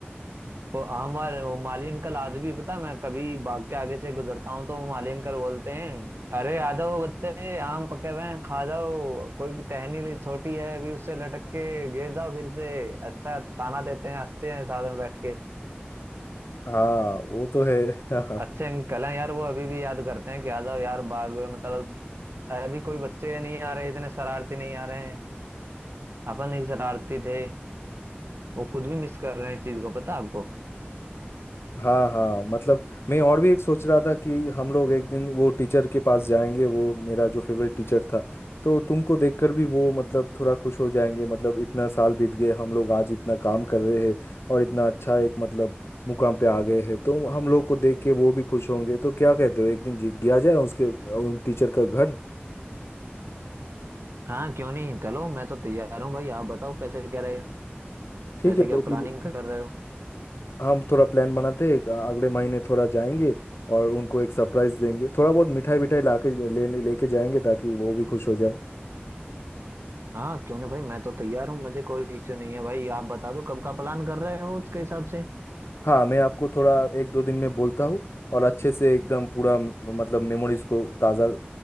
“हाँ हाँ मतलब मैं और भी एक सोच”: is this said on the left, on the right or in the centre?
Left